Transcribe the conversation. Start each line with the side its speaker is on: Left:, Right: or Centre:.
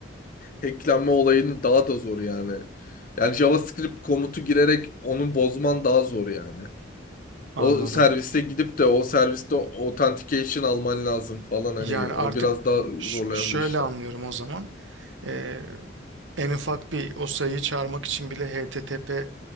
Left: Hacklenme olayını daha da zor yani. Yani JavaScript komutu girerek onu bozman daha zor yani.
Right: anladım.
Left: O serviste gidip de o serviste authentication alman lazım falan hani
Right: Yani artık
Left: o biraz daha
Right: ş-
Left: zorlayan
Right: şöyle
Left: bir işlem.
Right: anlıyorum o zaman. Ee, en ufak bir o sayıyı çağırmak için bile HTTP